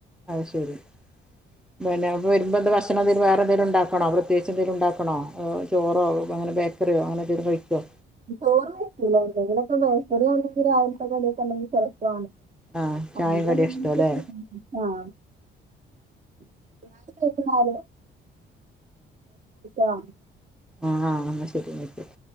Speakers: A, in the centre; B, on the right (about 40°).
A: അത് ശെരി <unintelligible> വരുമ്പോ എന്താ ഭക്ഷണംന്തേലും വേ എന്തങ്കിലും ഉണ്ടാക്കണോ പ്രത്യേകിച്ച് എന്തെങ്കിലും ഉണ്ടാക്കണോ ചോറോ ബേക്കറിയോ അങ്ങനെ എന്തേലും കഴിക്കുമോ
B: ചോറ് കഴിക്കില്ല എല്ലെങ്കിലൊക്കെ നോക്കൽ ആണെങ്കിൽ രാവിലത്തെ കടിയൊക്കെ ഉണ്ടെങ്കിൽ ചെലപ്പൊ
A: ആഹ്
B: <unintelligible>
A: ചായയും കടിയും ഇഷ്ടാല്ലേ
B: <unintelligible> ആഹ <unintelligible>
A: ആഹ ആ എന്നാ ശരി എന്നാ ശരി